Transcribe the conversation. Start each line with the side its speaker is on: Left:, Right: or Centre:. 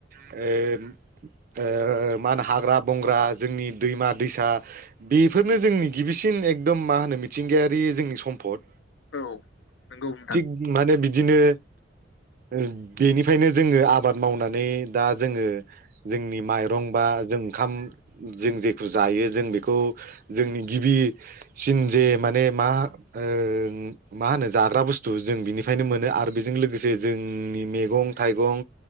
Right: ओ- ओ- मा होनो हाग्रा बंग्रा जोंनि दैमा दैसा बेफोरनो जोंनि गिबिसिन एकदम मा होनो मिथिंगायारि जोंनि सम्फद।
Left: औ नंगौ नोंथां
Right: थिग माने बि दिनो ओ- बेनिफ्रायनो जोङो आबाद मावनानै दा जोङो जोंनि माइरं बा जों ओंखाम जों जेखौ जायो जों बेखौ जोंनि गिबिसिन जे माने मा ओ- मा होनो जाग्रा बुस्थु जों बिनिफ्रायनो मोनो आरो बेजों लोगोसे जोंनि मैगं थाइगं